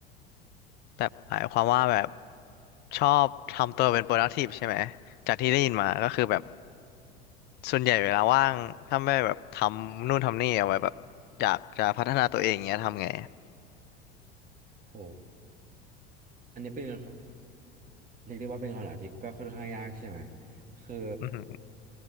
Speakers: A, on the left; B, on the right.
A: แบบหมายความว่าแบบชอบทำตัวเป็น productive ใช่ไหมจากที่ได้ยินมาก็คือแบบส่วนใหญ่เวลาว่างถ้าไม่แบบทำนู่นทำนี่เอาไว้แบบอยากจะพัฒนาตัวเองเงี้ยทำไง
B: โหอันนี้เป็นไงครับ เรียกได้ว่าเป็นคำถามที่ก็ค่อนข้างยากใช่ไหม คือ
A: อือหือ